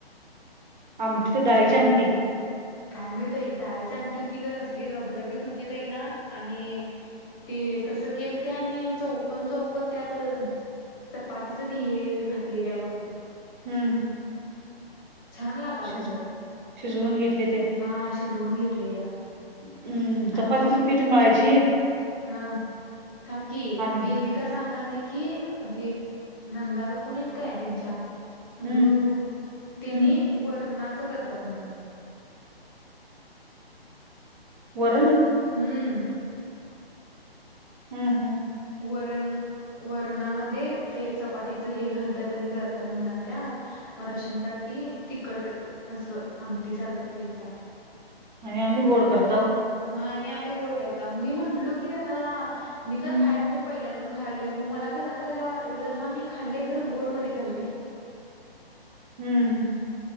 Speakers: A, on the right; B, on the left.
A: आमटी तर डाळीची आमटी.
B: काय माहित बाई डाळची आमटी हुती काय कसली रबरबीत हुती बाईना आणि ते तसं केलत्या आणि चौकन चौकन त्यात चपातीचं ते हेड घातलेल्या बघ.
A: हम्म.
B: छान लागायलत
A: शिज
B: खरं
A: शिजवून घेतली त्या
B: हा शिजवून घेतलेल्या.
A: हम्म
B: आणि
A: चपातीची
B: मग
A: पीठ मळायची
B: हा थांबकी
A: आणि
B: वेदीका सांगायल त की हे नंदा काकू नाहीत काय त्यांच्या नंदू
A: हम्म
B: काकू त्यांनी
A: हम्म
B: वरणाचं करतात म्हण
A: वरण.
B: हम्म.
A: हम्म हम्म.
B: वरण वरणामध्ये ते चपातीचं हे घालत्यात आणि करत्यात म्हणायलत्या मग रश्मि का की तिखट असं आमटीसारखं केलत्या.
A: आणि आम्ही गोड करताव.
B: हा आणि आम्ही गोड करताव मी म्हंटलो की त्यांनाला मी काय
A: हम्म
B: खायाय नाई मी पहिल्यांदा यालोय, मग मला घरात आल्यावर आटवलं हा मी खाल्लयं खरं गोड मध्ये खाल्लय.
A: हम्म.